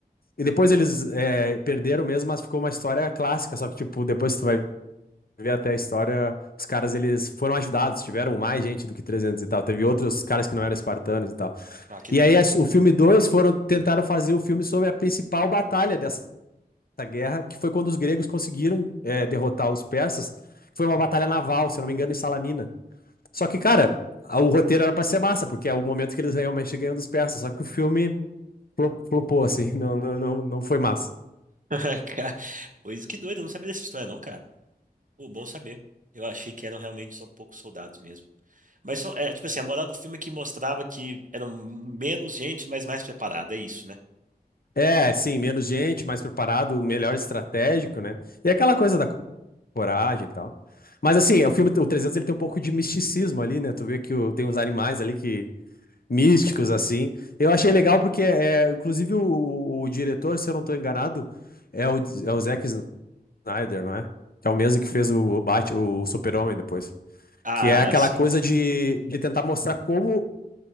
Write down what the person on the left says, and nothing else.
E depois eles é, perderam mesmo, mas ficou uma história clássica. Só que, tipo, depois tu vai ver até a história, os caras, eles foram ajudados, tiveram mais gente do que 300 e tal. Teve outros caras que não eram espartanos e tal.
E
aí, as- o filme 2 foram, tentaram fazer o filme sobre a principal batalha dessa guerra, que foi quando os gregos conseguiram é, derrotar os persas. Foi uma batalha naval, se eu não me engano, em Salamina. Só que, cara, a- o roteiro era pra ser massa, porque é o momento que eles realmente ganham dos persas. Só que o filme flo- flopou, assim, <laughs> não, não, não, não foi massa.
É, sim, menos gente, mais preparado, melhor estratégico, né? E é aquela coisa da co- coragem e tal. Mas, assim, o filme, o 300, ele tem um pouco de misticismo ali, né? Tu vê que o- tem uns animais ali que. Místicos, assim. Eu achei legal porque, é, inclusive, o, o- o diretor, se eu não tô enganado, é o, é o Zack Snyder, não é? Que é o mesmo que fez o, Bat, o Super-Homem depois.
Que é aquela
coisa de, de tentar mostrar como